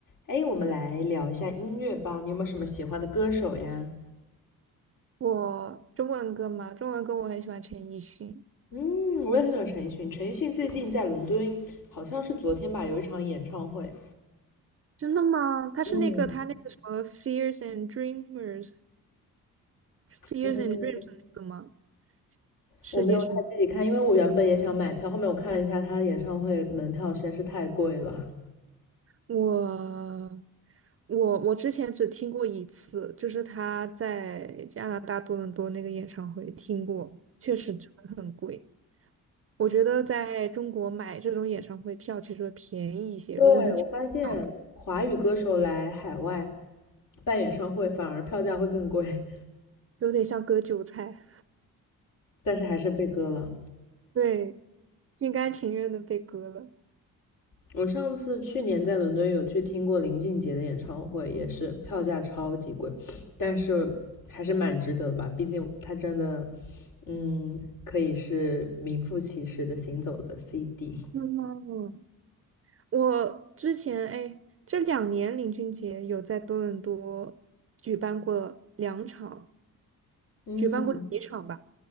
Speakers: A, on the left; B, on the right.
A: 哎，我们来聊一下音乐吧。你有没有什么喜欢的歌手呀？
B: 我中文歌嘛，中文歌我很喜欢陈奕迅。
A: 嗯，我也很喜欢陈奕迅。陈奕迅最近在伦敦，好像是昨天吧，有一场演唱会。
B: 真的吗？他是那个他那个什么《Fears
A: 嗯
B: and Dreamers》《Fears
A: 嗯，
B: and Dreams》那个吗？世界巡
A: 我没有太具体看，因为我原本也想买票，后面我看了一下他演唱会门票实在是太贵了。
B: 我我我之前只听过一次，就是他在加拿大多伦多那个演唱会听过，确实真的很贵。我觉得在中国买这种演唱会票其实会便宜一些，
A: 对，
B: 如果能抢到票，
A: 我发现华语歌手来海外办演唱会，反而票价会更贵，
B: 有点像割韭菜，
A: 但是还是被割了。
B: <laughs> 对，心甘情愿的被割了。
A: 我上次去年在伦敦有去听过林俊杰的演唱会，也是票价超级贵，但是还是蛮值得的吧，毕竟他真的，嗯，可以是名副其实的行走的 CD。
B: 嗯，我之前哎，这两年林俊杰有在多伦多举办过两场，
A: 嗯
B: 举办过几场吧。